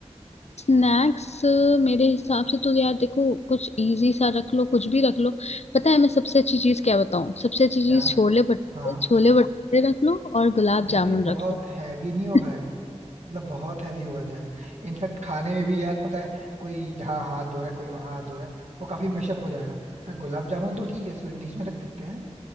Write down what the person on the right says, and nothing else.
क्या
हाँ
यार
ये बहुत
हैवी नहीं होगा
आएगा मतलब बहुत हैवी होगा जाएगा इनफैक्ट खाने में भी यार पता है कोई यहाँ हाथ धो रहा है कोई वहां हाथ धो रहा है वो काफी मेशअप हो जाएगा हाँ गुलाब जामुन तो ठीक है स्वीट डिश में रख सकते हैं